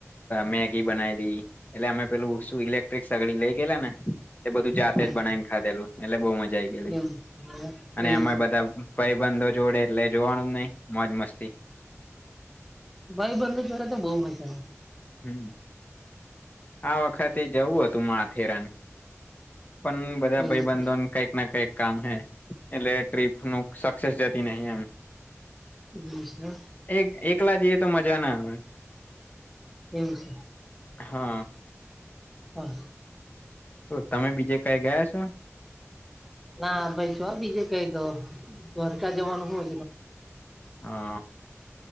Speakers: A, on the left; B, in the centre.
A: મેગી બનાવીલી એટલે અમે પેલું શુ ઇલેક્ટ્રિક સગડી લઈ ગેલા ને એ બધું જાતે
B: હા
A: જ બનાવીને ખાધેલું એટલે બહુ મજા આઈ ગયલી
B: એવું
A: અને
B: એવું
A: એમાં
B: છે
A: બધા કઈ બંધો જોડે એટલે જોવાનું જ નહી મોજ મસ્તી
B: ભાઈ બંધુ જોરે તો બહુ મજા
A: હમ્મ આ વખતે જવું હતું માથેરાન પણ બધા
B: એવું
A: ભાઈબંધોન
B: છે
A: કંઈક ના કંઈક કામ હૈ એટલે ટ્રીપ ન સક્સેસ જતી નહિ એમ
B: એવુ છે
A: એક એકલા જઈએ તો મજા ના આવે
B: એમ છે
A: હા
B: <inaudible>
A: તમે બીજે કઈ ગયા છો
B: ના ભાઈ શું બીજે કઈ ક દ્વારકા જવાનું હૂ
A: હા